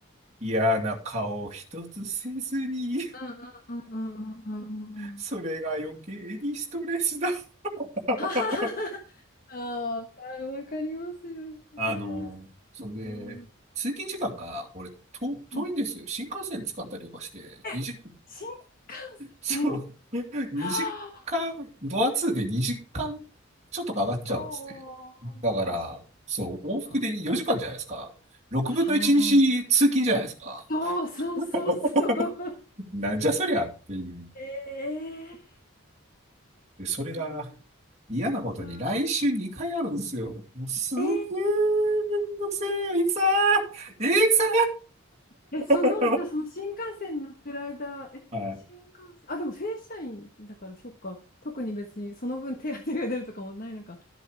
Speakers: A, on the right; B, on the left.
A: 嫌な顔一つせずに、
B: うんうんうんうんうんうんうんうん。
A: <laughs> それが余計にストレスだ。<laughs>
B: はははは。ああ、わかわかりますよ。わかります。
A: あの、そんで、
B: うん。
A: 通勤時間が、俺、と、遠いんですよ。
B: うん。
A: 新幹線使ったりとかして、
B: え、
A: 20分。
B: 新幹線は
A: そう。<laughs>
B: あ
A: 2時間、ドアツーで2時間ちょっとかかっちゃうんです
B: おー、
A: ね。だから、
B: マジ
A: そう、往復で4時間じゃないですか。
B: か。
A: 6分の1日通勤じゃないですか。
B: はあ。そうそうそうそう。
A: <laughs>
B: <laughs>
A: なんじゃそりゃっていう。
B: ええ
A: で、それが
B: そう
A: 嫌なことに来週2回あるんですよ。
B: か。
A: もうすげー
B: ええ
A: めんどくせえよ、いくさーいくさ
B: え、その、
A: ー
B: じゃあその新幹線に乗ってる間、え、
A: <laughs> はい。
B: 新幹線、あ、でも正社員だから、そっか。特に別にその分手当が出るとかもないのか。